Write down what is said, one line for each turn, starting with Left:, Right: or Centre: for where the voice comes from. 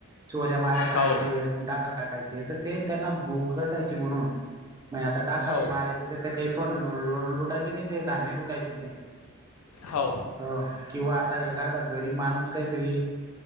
Right: चोऱ्या माऱ्या करायचे.
Left: हो
Right: डाका टाकायचे तर ते त्यांना भूक असायची म्हणून मग आता डाका
Left: हो
Right: बी मारायच तिथ काही सोन लुटायचे नाही ते धान्य लुटायचे. ते
Left: हो.
Right: हो किंवा आता एखादा गरीब माणूस काहीतरी